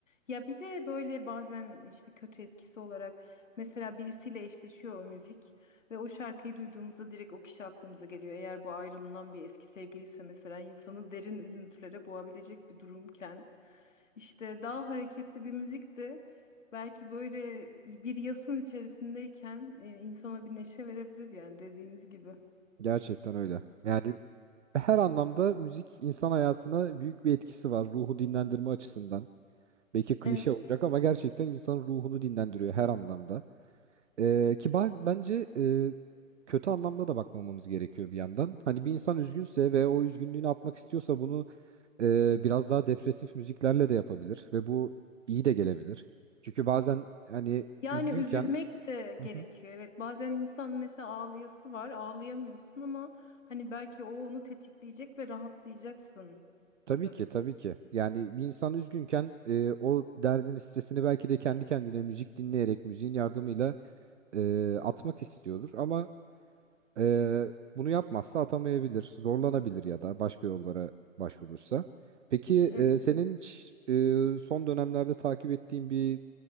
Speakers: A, on the left (about 65°); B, on the right (about 60°).
A: Ya bir de böyle bazen işte kötü etkisi olarak mesela birisiyle eşleşiyor o müzik ve o şarkıyı duyduğumuzda direkt o kişi aklımıza geliyor. Eğer bu ayrılınan bir eski sevgiliyse mesela insanı derin üzüntülere boğabilecek bir durumken işte daha hareketli bir müzik de belki böyle bir yasın içerisindeyken e, insana bir neşe verebilir yani dediğiniz gibi.
B: Gerçekten öyle. Yani her anlamda müzik insan hayatına büyük bir etkisi var ruhu dinlendirme açısından. Belki klişe
A: Evet.
B: olacak ama gerçekten insanın ruhunu dinlendiriyor her anlamda. Ee, ki baz- bence e, kötü anlamda da bakmamamız gerekiyor bir yandan. Hani bir insan üzgünse ve o üzgünlüğünü atmak istiyorsa bunu e, biraz daha depresif müziklerle de yapabilir ve bu iyi de gelebilir. Çünkü bazen hani
A: Yani
B: üzgünken
A: üzülmek de
B: Hı
A: gerekiyor.
B: hı.
A: Evet, bazen insan mesela ağlayası var, ağlayamıyorsun ama hani belki o onu tetikleyecek ve rahatlayacaksın.
B: tabii
A: Tabii.
B: ki tabii ki yani bir insan üzgünken e, o derdini stresini belki de kendi kendine müzik dinleyerek müziğin yardımıyla e, atmak istiyordur ama Ee, bunu yapmazsa atamayabilir, zorlanabilir ya da başka yollara başvurursa. Peki
A: Evet.
B: e, senin hiç, e, son dönemlerde takip ettiğin bir